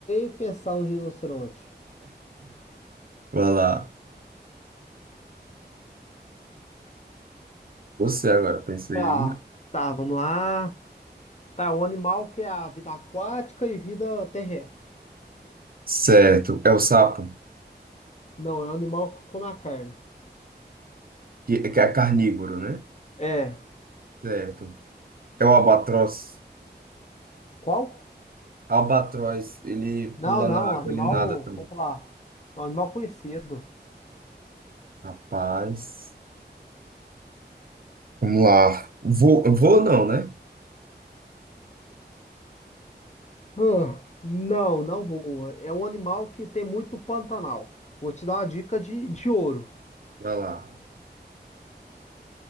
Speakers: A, on the left; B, on the right.
A: pensar no rinoceronte.
B: Vai lá. Você agora, pensei.
A: Tá, tá, vamos lá. Tá, um animal que é a vida aquática e vida terrestre.
B: Certo, é o sapo,
A: Não, é um animal que come a carne.
B: que, que é carnívoro, né?
A: É.
B: Certo. É o albatroz.
A: Qual?
B: Albatroz, ele
A: Não,
B: pula
A: não,
B: na água,
A: animal.
B: ele nada também.
A: Vamos lá. É um animal conhecido.
B: Rapaz. Vamos lá. Vou, vou não, né?
A: Ah, não, não voa. É um animal que tem muito no Pantanal. Vou te dar uma dica de, de ouro.
B: Vai lá.